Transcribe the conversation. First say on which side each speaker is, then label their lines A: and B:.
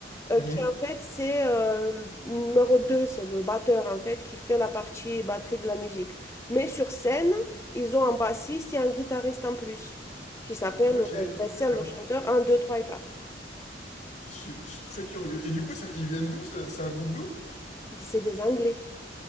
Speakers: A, on the left (about 15°); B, on the left (about 45°).
A: euh,
B: Mhm.
A: qui en fait c'est euh, numéro 2, c'est le batteur en fait qui fait la partie batterie de la musique. Mais sur scène, ils ont un bassiste et un guitariste en plus qui s'appelle
B: Ok,
A: euh, Vessel,
B: d'accord.
A: le chanteur un, 2, 3 et 4.
B: Je, je suis très curieux. Et du coup, c'est- ils viennent d'où? ce- C'est un groupe d'où?
A: C'est des Anglais.